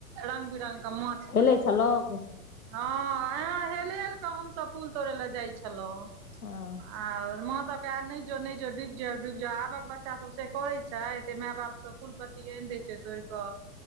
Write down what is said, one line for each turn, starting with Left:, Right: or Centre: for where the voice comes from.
Right: रंग बिरंगक मांछ
Left: हेलै छलौं
Right: हँ अहाँ हेल हेल कऽ हमसभ फूल तोड़य लए जाइ छलहुँं।
Left: हँ
Right: आ माँ सब ता नहि जो नहि जो डूबि जेबे डूबि जेबे आबक बच्चा सब से करे छै एते माय बाप सब फूल पत्ती आनि देय छै तोड़ के